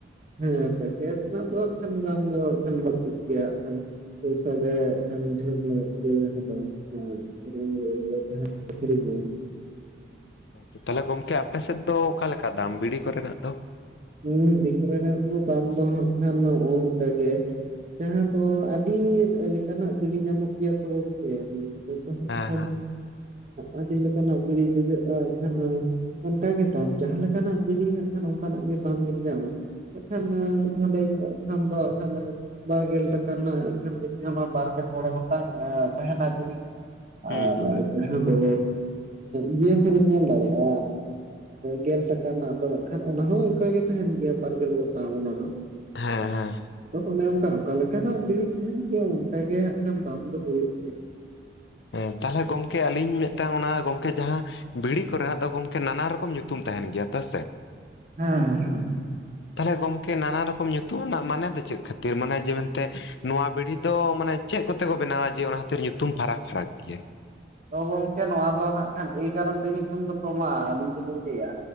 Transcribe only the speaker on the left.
ᱸ ᱛᱟᱦᱞᱮ ᱜᱚᱝᱠᱮ ᱟᱯᱮ ᱥᱮᱫ ᱫᱚ ᱚᱠᱟᱞᱮ ᱞᱮᱠᱟ ᱫᱟᱢ ᱵᱤᱲᱤ ᱠᱚᱨᱮᱱᱟᱜ ᱫᱚ?
ᱦᱮᱸ
ᱦᱮᱸ
ᱦᱩᱸ
ᱦᱩᱸ
ᱦᱮᱸ ᱦᱮᱸ
ᱦᱮᱸ ᱛᱟᱦᱚᱞᱮ ᱜᱚᱢᱠᱮ ᱟᱹᱞᱤᱧ ᱢᱤᱫᱴᱟᱝ ᱚᱱᱟ ᱜᱚᱢᱠᱮ ᱡᱟᱦᱟᱸ ᱵᱤᱲᱤ ᱠᱚᱨᱮᱱᱟᱜ ᱫᱚ ᱜᱚᱢᱠᱮ ᱱᱟᱱᱟ ᱨᱚᱠᱚᱢ ᱧᱩᱛᱩᱢ ᱛᱟᱦᱮᱱ ᱜᱮᱭᱟ ᱛᱮ ᱥᱮ᱾
ᱛᱟᱦᱚᱞᱮ ᱜᱚᱝᱠᱮ ᱱᱟᱱᱟ ᱨᱚᱠᱚᱢ ᱧᱩᱛᱩᱢ ᱨᱮᱱᱟᱜ ᱢᱟᱱᱮ ᱫᱚ ᱪᱮᱫᱽ ᱠᱷᱟᱹᱛᱤᱨ ᱢᱟᱱᱮ ᱡᱮ ᱢᱮᱱᱛᱮ, ᱱᱚᱣᱟ ᱵᱤᱲᱦᱤ ᱫᱚ ᱢᱟᱱᱮ ᱪᱮᱜ ᱠᱚᱛᱮ ᱠᱚ ᱵᱮᱱᱟᱣᱟ ᱡᱮ ᱚᱱᱟ ᱠᱦᱟᱛᱤᱨ ᱧᱩᱛᱩᱢ ᱯᱷᱟᱨᱟᱠ- ᱯᱷᱟᱨᱟᱠ ᱜᱮᱭᱟ᱾